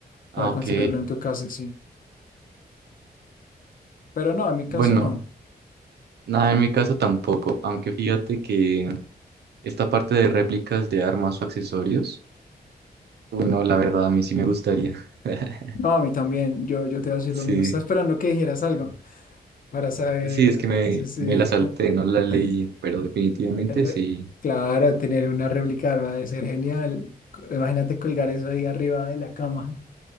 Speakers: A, on the right (about 85°); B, on the left (about 55°).
A: Ah,
B: para
A: ok.
B: construirlo en tu casa, sí. Pero no, en mi
A: Bueno,
B: caso no.
A: nada, en mi caso tampoco, aunque fíjate que esta parte de réplicas de armas o accesorios, uy, no, la verdad, a mí sí me gustaría. <laughs>
B: No, a mí también, yo, yo te voy a decir
A: Sí,
B: lo mismo. Estaba esperando que dijeras algo para saber.
A: sí, es que me,
B: Sí, sí.
A: me la salté, no la leí,
B: <laughs>
A: pero definitivamente
B: Re-
A: sí.
B: Claro, tener una réplica va a ser genial. Co- Imagínate colgar eso ahí arriba de la cama.